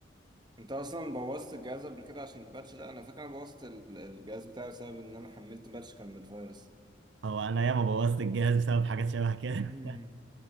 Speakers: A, on the right; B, on the right.
A: أنت أصلا بوظت الجهاز قبل كده عشان الباتش ده أنا فاكر أنا بوظت ال- الجهاز بتاعي بسبب إن أنا حملت باتش كان من فيروس
B: هو انا ياما بوظت الجهاز بسبب حاجات شبه <laughs> كده
A: مم.